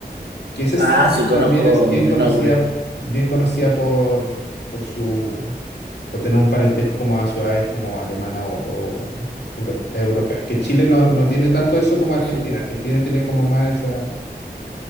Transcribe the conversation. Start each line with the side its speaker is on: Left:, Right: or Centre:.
Left: Que ese
Right: Ah,
Left: sí
Right: sí, conozco
Left: también es bien
Right: de
Left: conocida,
Right: nombre.
Left: bien conocida por, por su, por tener un parentesco como a ciudades como alemana o, o euro- europeas. Que Chile no, no tiene tanto eso como Argentina.
Right: Sí.
Left: Argentina tiene como más esa,